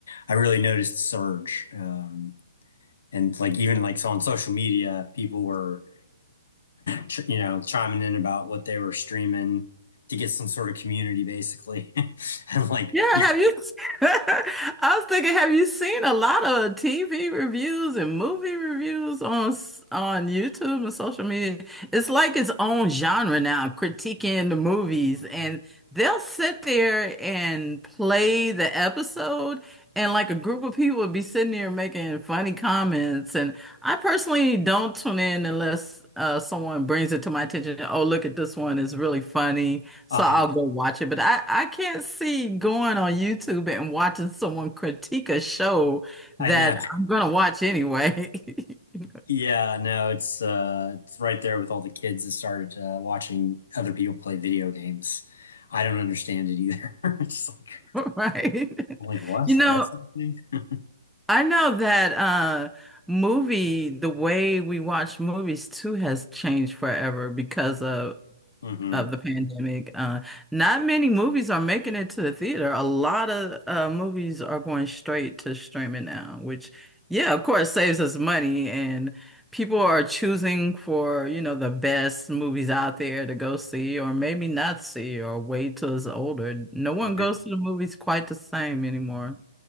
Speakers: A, on the left (about 65°); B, in the centre.
A: I really noticed the surge. Um and like even like so on social media, people were ch- you know chiming in about what they were streaming to get some sort of community basically. <laughs> And like
B: Yeah, have
A: you
B: you? <laughs> I was thinking, have you seen a lot of TV reviews and movie reviews on s- on YouTube and social media? It's like its own genre now, critiquing the movies,
A: know,
B: and they'll sit there and play the episode, and like a group of people would be sitting there making funny comments. And I personally don't tune in unless uh, someone brings it to my attention. Oh, look at this one; it's really funny so
A: uh,
B: I'll go watch it, but I, I can't see going on YouTube and watching someone critique a show
A: I
B: that
A: know.
B: I'm gonna watch anyway. <laughs>
A: Yeah, no, it's uh it's right there with all the kids that started uh, watching other people play video games. I don't understand it either. <laughs> It's like
B: Right.
A: I'm like what?
B: You know,
A: What's happening? <laughs>
B: I know that uh movie, the way we watch movies too has changed forever because of
A: hmm
B: of the pandemic. Uh, not many movies are making it to the theater. A lot of uh, movies are going straight to streaming now, which, yeah, of course, saves us money. And people are choosing for, you know, the best movies out there to go see, or maybe not see, or wait till it's older. No one
A: Right.
B: goes to the movies quite the same anymore.